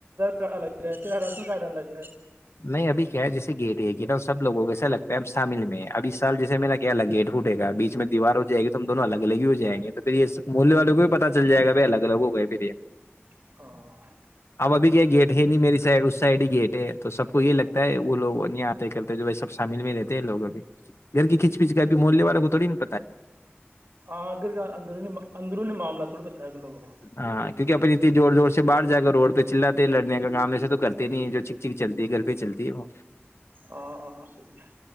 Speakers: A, on the right; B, on the left.
A: کارڈ الگ ہے تیرا راشن کارڈ الگ
B: نہیں ابھی کیا ہے جیسے گیٹ ہے کہ ن سب لوگوں کیسا لگتا ہے ہمب شامل میں ابھی سال جیے میں نے کیا الگ گیٹھٹے گ بیچ میں دیوار ہو جائے گ تو ہم دونوں الگ الگ ہی ہو جائ گے توھر یہ مول بھی پتا چل جائے گا ب الگ الگ ہو گئے پھر یہ
A: ہے
B: اب ا یہ گیٹ ہے نہیں میری س اس سائڈ ہی گیٹ ہے تو سب کو یہ لگتا ہے وہ لوگ آتے کرتے ب سب شامل میں رہتے ہیں لوگوں کے گھر کی کھچ اب مولیہ والے کو تھوی <unintelligible>
A: آگررونی اندرونی معاملہ تھوڑا پ ت گلو بابا
B: ہاں کیونکہ اپنے اتنی زور زور سے باہر جا کر روڈ پہ چاتے لڑنے کام ایسا تو کرتے نہیں ہے جو چھک چھک چلتی ہے گھر پہ چلتی ہے وہ
A: ہاں صحیح